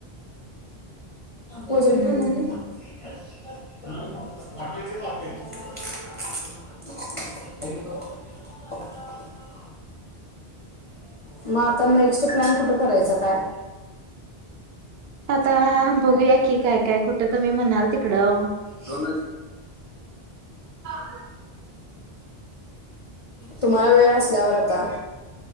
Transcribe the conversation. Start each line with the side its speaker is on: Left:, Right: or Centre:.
Left: वेडी
Right: हम्म
Left: खाणार नाही <unintelligible> मग आता नेक्स्ट प्लॅन कुठे करायचं काय
Right: आता बघूया की काय काय कुठं तुम्ही म्हणाल तिकडं
Left: दोन
Right: <unintelligible>
Left: तुम्हाला वेळ असल्यावर आता